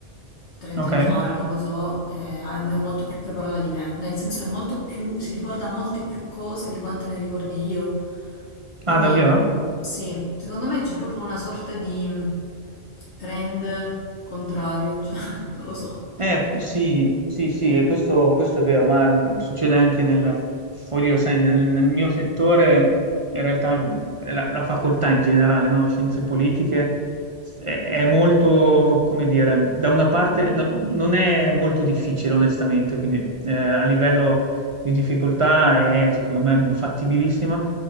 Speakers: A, on the left; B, on the right.
A: 30
B: Ok?
A: anni fa, ora non lo so, eh, è, è molto più preparata di me, nel senso è molto più, si ricorda molte più cose di quante ne ricordi io. Quindi,
B: Ah, davvero?
A: sì, secondo me c'è proprio una sorta di mh, trend contrario, cioè, <laughs> non lo so.
B: Eh, sì, sì, sì, questo, questo è vero, ma mh, succede anche nel, oddio, sai, nel, nel mio settore, in realtà mh, la, la facoltà in generale, no? Scienze politiche, è, è molto, come dire, da una parte no- non è molto difficile, onestamente, quindi eh, a livello di difficoltà è, secondo me, fattibilissima.